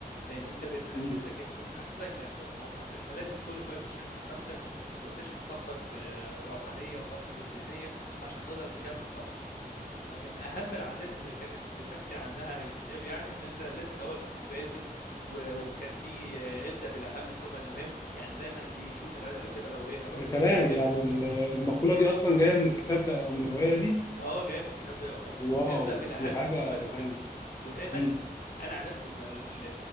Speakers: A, on the left (about 65°); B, on the left (about 20°).
A: لان انت بتحسسك
B: امم
A: إن- بتحسسك باحساس مؤقت انت لازم كل شويه تشحن نفسك وتشحن طاقتك بروحانيه وطاقتك الذهنيه عشان تقدر تكمل طبعا فمن اهم العادات اللي كانت بتحكي عنها الكتاب يعني ان انت لازم الاول تكون مبادر و- وكان في آه، ابدا بالاهم ثم المهم يعني دايما دي شوف الع- رتب اولويات رتب
B: يا سلام
A: اولوياتك
B: يعني ال- المقولة دي اصلا جاية من الكتاب ده او من الرواية دي
A: اه جاي من الكتاب ده يعتبر
B: واو
A: ابدا بالاهم
B: دي حاجة
A: ثم المهم
B: جامدة
A: ودايما
B: امم
A: انا عن نفسي الم- ال- ال-